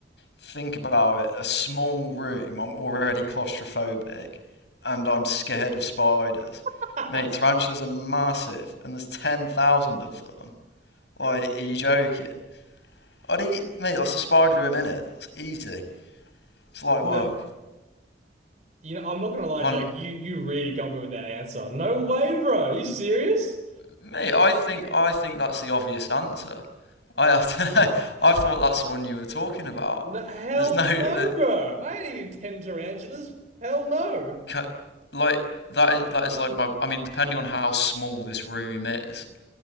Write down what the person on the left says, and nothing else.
think about it, a small room, I'm already claustrophobic, and I'm scared of spiders.
Mate, tarantulas are massive, and there's 10,000 of them. Like, are you joking? I'd eat, mate, that's a spider a minute. It's easy. It's light
work.
Hun-
Mate, I think I think that's the obvious answer. I I dunno, <laughs> I thought that's the one you were talking about.
There's no that
ca- like that is that is like my I mean depending on how small this room is,